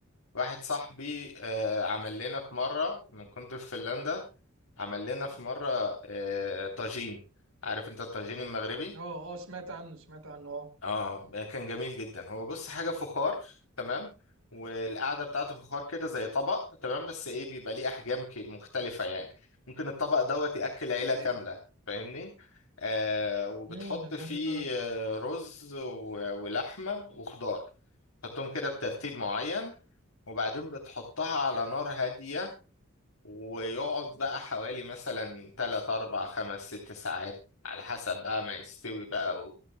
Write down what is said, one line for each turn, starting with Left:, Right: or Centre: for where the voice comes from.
Left: واحد صاحبي آه عمل لنا في مرة من كنت في فنلندا عمل لنا في مرة آه طاجين عارف انت الطاجين المغربي
Right: اه اه سمعت عنه سمعت عنه اه
Left: اه كان جميل جدا هو بص حاجه فخار تمام والقعده بتاعته فخار كده زي طبق تمام بس ايه بيبقى ليه احجام ك- مختلفه يعني ممكن الطبق دوت ياكل عيله
Right: أيوة.
Left: كامله فاهمني آه وبتحط
Right: امم لهذه
Left: فيه
Right: الدرجه
Left: آه، رز و- ولحمه وخضار تحطهم كده بترتيب معين وبعدين بتحطها على نار هاديه ويقعد بقى حوالي مثلا 3 4 5 6 ساعات على حسب بقى ما يستوي بقى و...